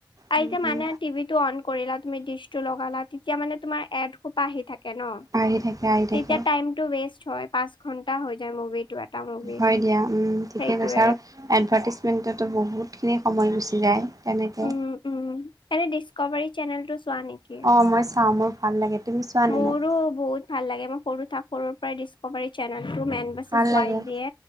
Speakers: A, on the left; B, on the right.
A: আই
B: উম,
A: যে
B: উম।
A: মানে টিভি টো অন কৰিলা তুমি ডিচ টো লগালা, তেতিয়া মানে তোমাৰ এড সোপা আহি থাকে ন'
B: আহি থাকে আহি
A: তেতিয়া
B: থাকে
A: টাই ৱেষ্ট হয়, পাঁচ ঘন্টা হৈ যায় মুভিটো। এটা মুভি
B: হয় দিয়া উম, ঠিকে
A: সেইটোৱে
B: কৈছা আৰু এডভাৰ্টিজমেণ্টতো বহুতখিনি সময় গুচি যায়। তেনেকে।
A: উম উম, এনে ডিছকভাৰী চেনেলটো চোৱা নেকি?
B: অ', মই চাওঁ মোৰ ভাল লাগে। তুমি চোৱা নে
A: মোৰো
B: নাই?
A: বহুত ভাল লাগে, মই সৰু থাক সৰুৰ পৰাই ডিচকভাৰী চেনেলটো মেন বাচছ
B: ভাল
A: ৱাইল্ড
B: লাগে।
A: দিয়ে